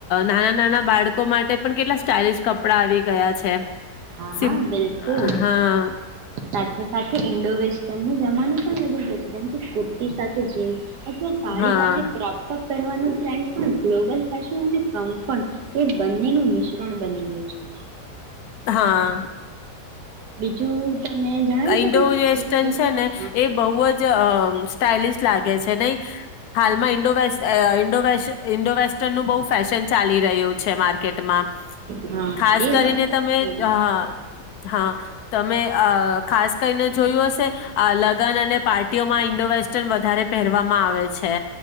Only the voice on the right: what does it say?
હા હા
બિલકુલ.
સાથે સાથે ઇન્ડો વેસ્ટર્ન ન જમાનો પણ મળી ગયો છે જેમ કે કુર્તી સાથે જીન્સ અથવા સાડી
સાથે ક્રોપ ટોપ પહેરવાનું ટ્રેન્ડ તો ગ્લોબલ ફેશન અને કમફર્ટ એ બંનેનું મિશ્રણ બની ગયું છે.
બીજું તમે જણાવી શકો
છો
કોઈ કોઈ
હા
હા
એ
વાત તો
ખરી